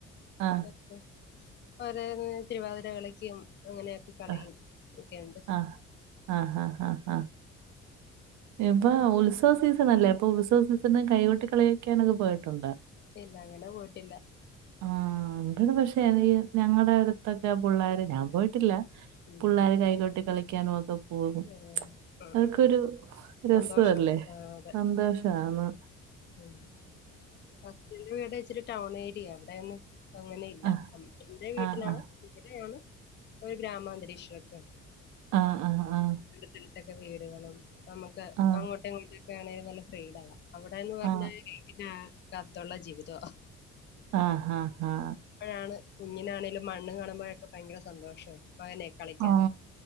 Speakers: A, on the right; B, on the left.
A: ആ.
B: എ അ് ഒരേ തിരുവാതിരകളിക്കും. അങ്ങനെയൊകെ കളിയും
A: ആ.
B: ഒക്കെയുണ്ട്.
A: ആ. ആഹാഹാഹാ. ഇപ്പൊ ഉത്സവ സീസൺ അല്ലേ അപ്പൊ ഉത്സവ സീസൺ കൈകൊട്ടി കളി ക്കാനൊക്കെ പോയിട്ടുണ്ട
B: ഇല്ല അങ്ങനെ പോയിട്ടില്ല.
A: ആ ഇടെ പക്ഷേ ഈ ഞങ്ങളുടെ അടുത്തൊക്കെ പുള്ളേര് ഞാൻ പോയിട്ടില്ല.
B: ഉം
A: പുള്ളേർ കൈകൊട്ടികളിക്കാനും ഒക്കെ പോകും
B: ഉം ഉം
A: അതൊക്കെരു
B: ഉം
A: രസല്ലേ!
B: സന്തോഷം ആഹ് അതെ
A: സന്തോഷ ആണ്
B: ഉം പത്തിൻ്റെ വീടെവച്ചിടൗൺ ഏരിയ അവിടെന്ന് അങ്ങനെ ഇല്ല
A: ആ
B: അം എന്റെ വീട്ടിലാണ്,
A: ആ ആ
B: ഇവിടെയാണ്, ഒരു ഗ്രാമാന്തരീക്ഷഒക്കെ
A: ആ ആ ആ ആ
B: അടുത്തടുത്തൊക്കെ വീടുകളും നമുക്ക്
A: ആ
B: അങ്ങോട്ടും ഇങ്ങോട്ട് ആണെലും നല്ല ഫ്രീഡവാ അവിടെന്ന് പറഞ്ഞാൽ
A: ആ
B: പിന്നെ വീട്ടിനകത്തുള്ള ജീവിതാ
A: ആ ആആ
B: പ്പോഴാണ് കുഞ്ഞിനൊണെങ്കിലും മണ്ണ് കാണുമ്പോഴൊക്കെ ഭയങ്കര സന്തോഷം മകനെ കളിക്കാൻ
A: ആ